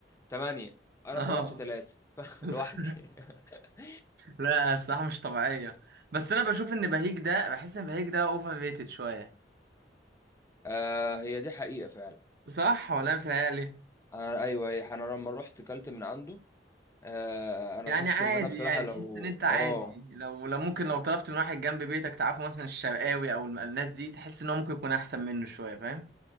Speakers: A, on the left (about 15°); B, on the right (about 60°).
A: تمانية أنا
B: اه
A: طلبت تلاتة <laughs>
B: <laughs>
A: لوحدي <laughs>
B: لا الصراحة مش طبيعية بس أنا بشوف إن بهيج ده بحس إن بهيج ده أوفر ريتد شوية
A: آه هي دي حقيقة فعلا
B: صح ولا أنا متهيألي؟
A: أنا أيوه هي أنا لما رحت كلت من عنده آه أنا
B: يعني
A: شفت
B: عادي
A: إن أنا بصراحة
B: يعني
A: لو
B: تحس إن أنت عادي
A: آه
B: لو لو ممكن لو طلبت من واحد جنب بيتك تعرفه مثلا الشرقاوي أو الم- الناس دي تحس إن هو ممكن يكون أحسن منه شوية فاهم؟